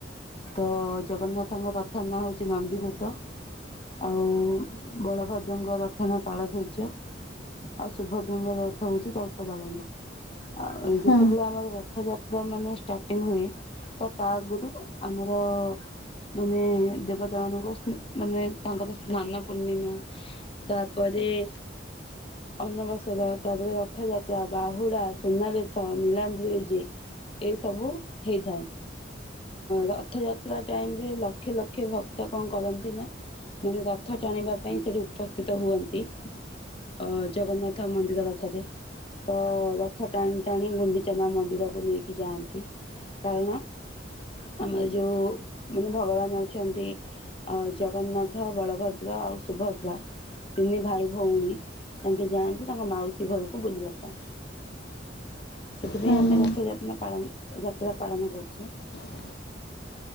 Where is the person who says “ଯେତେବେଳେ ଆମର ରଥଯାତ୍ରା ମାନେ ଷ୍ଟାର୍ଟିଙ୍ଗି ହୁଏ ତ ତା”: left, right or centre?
Left